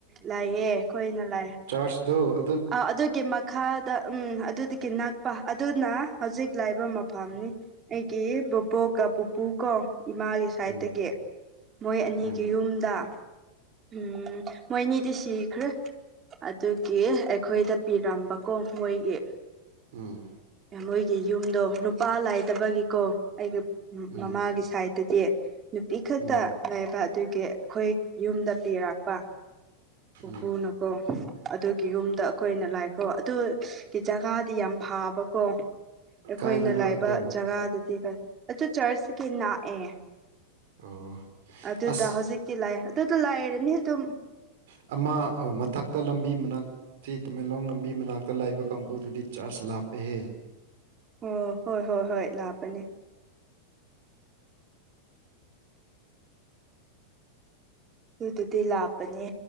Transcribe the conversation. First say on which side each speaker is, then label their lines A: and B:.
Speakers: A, on the right (about 25°); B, on the right (about 55°).
A: ꯂꯩꯌꯦ ꯑꯩꯈꯣꯏꯅ ꯂꯩ
B: ꯆꯥꯔꯁꯗꫭ
A: ꯑꯥ ꯑꯗꯨꯒꯤ ꯃꯈꯥ ꯗ ꯎꯝ ꯑꯗꯨꯗꯒꯤ ꯅꯛꯄ ꯑꯗꯨꯅ ꯍꯧꯖꯤꯛ ꯂꯩꯕ ꯃꯐꯝꯅꯤ ꯑꯩ ꯀꯤ ꯕꫭꯕꫭꯛ ꯀꯥ ꯄꯨꯄꯨ ꯀꯣ ꯏꯃꯥꯒꯤ ꯁꯥꯏꯠꯇꯒꯤ
B: ꯎꯝ
A: ꯃꯣꯏ ꯑꯅꯤꯒꯤ
B: ꯎꯝ
A: ꯌꯨꯝꯗ ꯎꯝ ꯃꯣꯏꯅꯤꯗꯤ ꯁꯤꯈ꯭ꯔꯦ ꯑꯗꯨꯒꯤ ꯑꯩꯈꯣꯏꯗ ꯄꯤꯔꯝꯕꯀꯣ ꯃꯣꯏꯒꯤ
B: ꯎꯝ
A: ꯃꯣꯏꯒꯤ ꯌꯨꯝꯗꯣ ꯅꯨꯄꯥ ꯂꯥꯏꯗꯕꯒꯤꯀꯣ ꯑꯩꯒꯤ
B: ꯎꯝ
A: ꯃꯃꯥꯒꯤ ꯁꯥꯏꯗꯠꯇꯗꯤ ꯅꯨꯄꯤ ꯈꯛꯇ
B: ꯎꯝ
A: ꯂꯩꯕ ꯑꯗꯨꯒꯤ ꯑꯩꯈꯣꯏ ꯌꯨꯝꯗ ꯄꯤꯔꯛꯄ ꯄꯨꯄꯨꯅꯀꯣ
B: ꯎꯝ
A: ꯑꯗꯨꯒꯤ ꯌꯨꯝ ꯑꯩꯈꯣꯏꯅ ꯂꯥꯏꯈ꯭ꯔꯣ ꯑꯗꯨꯒꯤ ꯖꯒꯥꯗꯤ ꯌꯥꯝ ꯐꯥꯕꯀꯣ ꯑꯩꯈꯣꯏꯅ
B: ꯀꯥꯏꯗꯅꯣ
A: ꯂꯥꯏꯕ
B: ꯑꯗꯣ
A: ꯖꯒꯥꯗꯗꯤ ꯑꯆꯥ ꯆꯔꯆ ꯀꯅꯥ ꯑꯦ
B: ꯑꯣ
A: ꯑꯗꯨꯗ
B: ꯑꯁ
A: ꯍꯧꯖꯤꯛꯇꯤ ꯂꯩꯑꯦ ꯑꯗꯨꯗ ꯂꯩꯔꯅꯤ ꯑꯗꯨꯝ
B: ꯑꯃ ꯃꯊꯛ ꯍꯛꯇ ꯂꯝꯕꯤ ꯃꯅꯥꯛꯁꯤ ꯇꯃꯦꯡꯂꯣꯡ ꯂꯝꯕꯤ ꯃꯅꯥꯛꯇ ꯂꯥꯛꯏꯕ ꯀꯥꯡꯕꯨꯗꯨꯗꯤ ꯆꯥꯔꯖ ꯂꯥꯞꯄꯦꯍꯦ
A: ꯑꯣ ꯍꯣꯏ ꯍꯣꯏ ꯍꯣꯏ ꯂꯥꯛꯄꯅꯤ ꯑꯗꯨꯗꯨꯗꯤ ꯂꯥꯛꯞꯄꯅꯦ